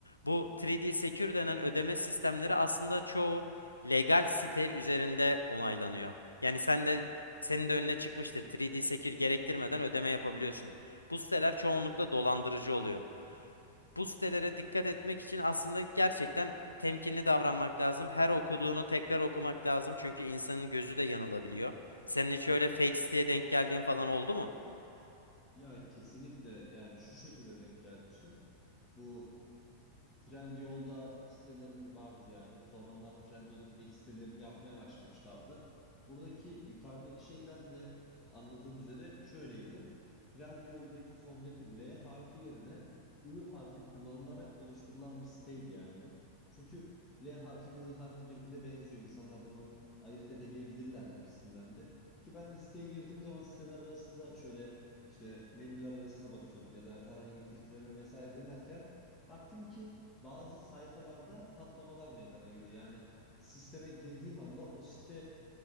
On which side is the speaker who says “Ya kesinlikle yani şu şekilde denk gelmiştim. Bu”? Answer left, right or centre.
Left